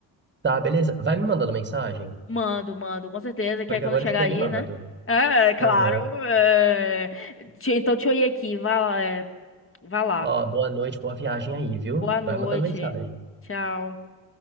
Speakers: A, on the right; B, on the left.
A: Tá, beleza. Vai me mandando mensagem,
B: Mando, mando, com certeza. Que
A: porque
B: aí quando
A: agora
B: chegar
A: eu fiquei
B: aí,
A: animado.
B: né? É, é, claro.
A: Aham.
B: é. Te- Então, te olhei aqui. Vá lá, é, vá lá.
A: Ó, boa noite, boa viagem aí, viu?
B: Boa noite.
A: Vai mandando mensagem.
B: Tchau.